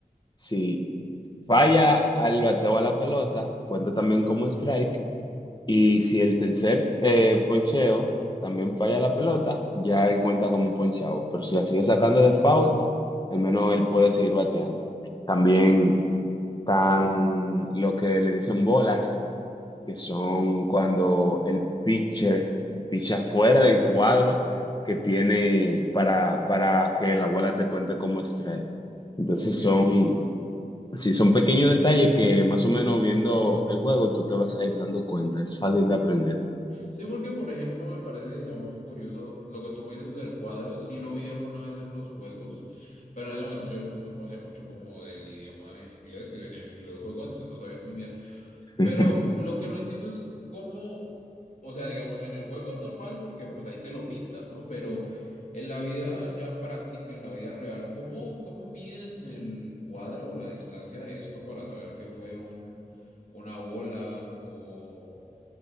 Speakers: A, on the left; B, on the left.
A: Si falla al bateo a la pelota, cuenta también como strike. Y si el tercer eh, poncheo también falla la pelota, ya él cuenta como ponchado. Pero si la sigue sacando de foul, al menos él puede seguir bateando. También están lo que le dicen bolas, que son cuando el pitcher picha fuera del cuadro que tiene para, para que la bola te cuente como strike. Entonces
B: Ok.
A: son, sí, son pequeños detalles que más o menos viendo el juego tú te vas a ir dando cuenta. Es fácil de aprender.
B: Sí, porque por ejemplo me parece, digamos, curioso lo que tú me dices del cuadro, sí lo vi alguna vez en los juegos, pero en ese momento yo pues, no conocía mucho como del idioma en inglés, que venía en inglés el juego, entonces no sabía muy bien.
A: <laughs>
B: Pero lo que no entiendo es cómo, o sea, digamos, en el juego es normal porque pues ahí te lo pintan, ¿no? Pero en la vida ya práctica, en la vida real, ¿cómo, cómo miden el cuadro o la distancia de esto para saber que fue un, una bola o...